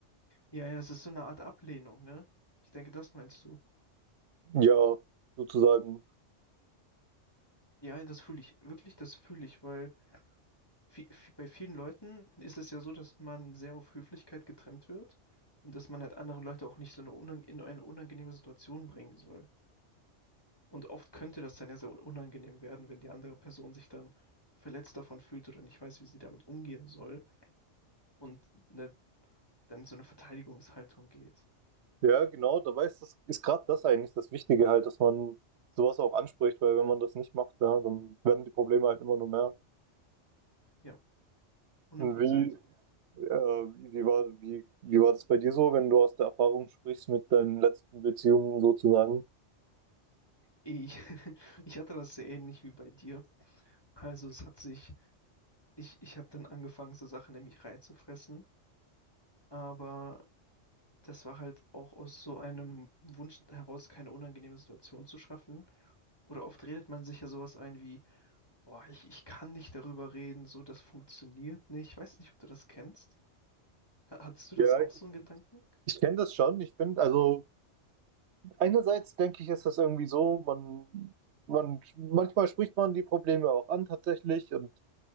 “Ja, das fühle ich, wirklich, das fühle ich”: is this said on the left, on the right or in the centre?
Left